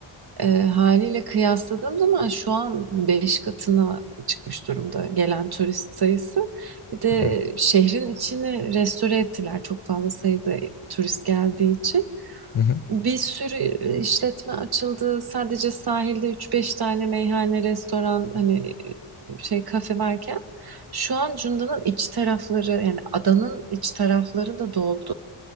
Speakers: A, on the right (about 50°); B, on the left (about 40°).
A: E, haliyle kıyasladığım zaman şu an 5 katına çıkmış durumda gelen turist sayısı. Bir de
B: Evet.
A: şehrin içini restore ettiler çok fazla sayıda turist geldiği için.
B: Hı hı.
A: Bir sürü e, işletme açıldı. Sadece sahilde üç beş tane meyhane, restoran, hani e, şey kafe varken şu an Cunda'nın iç tarafları yani adanın iç tarafları da doldu.